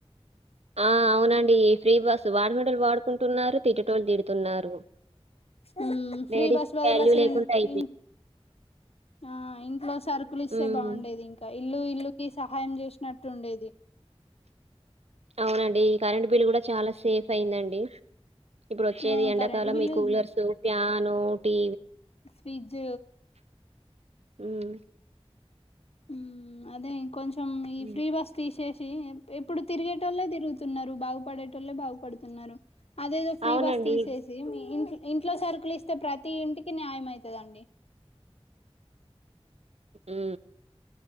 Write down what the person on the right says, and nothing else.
ఆ అవునండి ఈ ఫ్రీ బస్ వాడుకునేవాళ్ళు వాడుకుంటున్నారు తిట్టేటోలు తిడుతున్నారు
లేడీస్‌కి
వాల్యూ
లేకుండా
అయిపోయింది.
హ్మ్.
అవునండి ఈ కరెంట్ బిల్ కూడా చాలా సేఫ్ అయిందండి ఇప్పుడు వచ్చేది
ఎండాకాలం
ఈ కూలర్స్ ప్యా నుటి
ఉమ్
హ్మ్.
అవునండి.
ఉ